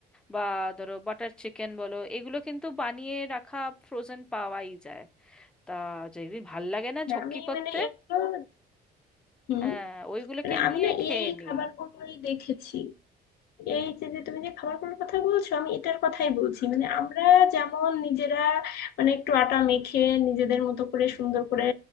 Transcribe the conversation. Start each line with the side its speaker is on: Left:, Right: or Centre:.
Centre: বা ধরো বাটার চিকেন বলো এগুলো কিন্তু বানিয়ে রাখা ফ্রোজেন পাওয়াই যায় তা যেদিন ভাল লাগে না
Left: হ্যাঁ,
Centre: ঝক্কি
Left: আমি
Centre: করতে
Left: মানে এগুলো হুম
Centre: হ্যাঁ ওইগুলোকে
Left: মানে আমি
Centre: নিয়ে
Left: না
Centre: খেয়ে
Left: এই
Centre: নিই
Left: খাবারগুলোই দেখেছি এই যে যে তুমি যে খাবারগুলোর কথা বলছো আমি এটার কথাই বলছি মানে আমরা যেমন নিজেরা মানে একটু আটা মেখে নিজেদের মতো করে সুন্দর করে